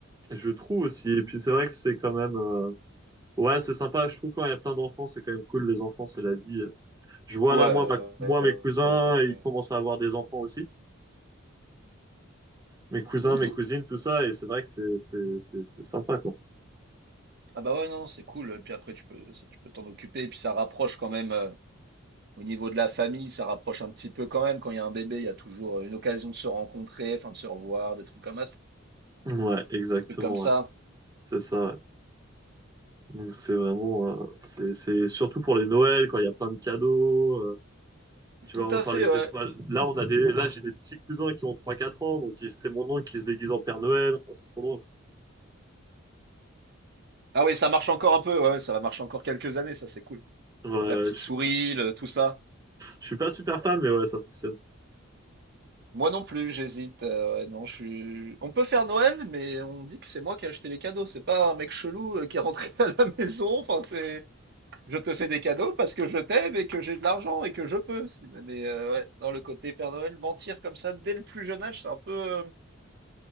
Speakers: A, on the right; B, on the right.
A: je trouve aussi. Et puis c'est vrai que c'est quand même. euh, Ouais, c'est sympa. Je trouve quand il y a plein d'enfants, c'est quand même cool. Les enfants, c'est la vie. Je vois
B: Ouais.
A: là,
B: euh,
A: moi, ma- moi, mes cousins,
B: euh,
A: ils commencent à avoir des enfants aussi. Mes cousins,
B: mhm.
A: mes cousines, tout ça. Et c'est vrai que c'est, c'est, c'est, c'est sympa, quoi.
B: Ah bah ouais, non, c'est cool. Et puis après, tu peux, ça, tu peux t'en occuper, et puis ça rapproche quand même... euh, Au niveau de la famille, ça rapproche un petit peu quand même. Quand il y a un bébé, il y a toujours une occasion de se rencontrer, enfin de se revoir, des trucs comme ça,
A: Ouais, exactement,
B: des trucs comme ça.
A: ouais. C'est ça, ouais. Donc, c'est vraiment, euh, c'est, c'est surtout pour les Noëls, quand il y a plein de cadeaux. euh, tu
B: Tout
A: vois,
B: à
A: encore
B: fait,
A: les
B: ouais.
A: étoiles. Là, on a des, là, j'ai des petits cousins qui ont trois quatre ans. Donc, ils- c'est mon oncle qui se déguise en Père Noël. Enfin, c'est trop drôle.
B: Ah oui, ça marche encore un peu. Ouais, ouais, ça va marcher encore quelques années, ça c'est cool.
A: Ouais, ouais,
B: La petite
A: je, suis-
B: souris, le- tout ça.
A: je suis pas super fan, mais ouais, ça fonctionne.
B: Moi non plus, j'hésite. euh, ouais, non, je suis. On peut faire Noël, mais on dit que c'est moi qui ai acheté les cadeaux. C'est pas un mec chelou euh, qui est rentré <laughs> à la maison. Enfin, c'est. Je te fais des cadeaux parce que je t'aime et que j'ai de l'argent et que je peux. Sinon- Mais euh, ouais, dans le côté Père Noël, mentir comme ça dès le plus jeune âge, c'est un peu. euh,